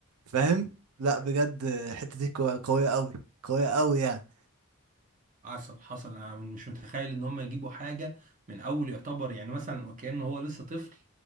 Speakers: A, on the right (about 80°); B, on the right (about 35°).
A: فاهم لا بجد آه، الحتة دي قوية قوية أوي قوية أوي يعني
B: حصل حصل انا مش متخيل ان هم يجيبوا حاجه من اول يعتبر يعني مثلا وكانه هو لسه طفل